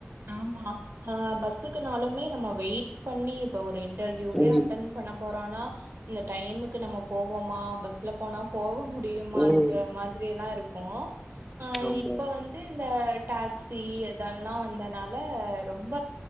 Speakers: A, on the right; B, in the centre.
A: ஆமா அ பஸ்ஸுக்குனாலுமே நம்ம வெயிட் பண்ணி இப்ப ஒரு இன்டர்வியூவே
B: ம்.
A: அட்டன் பண்ண போறோனா இந்த டைமுக்கு நம்ம போவோமா பஸ் ள்ள போனா போக முடியுமான்ற
B: ம்.
A: மாதிரி எல்லா இருக்கூ அ
B: ஆமா.
A: இப்ப வந்து இந்த டாக்சி இதெல்லா வந்தனால ரொம்ப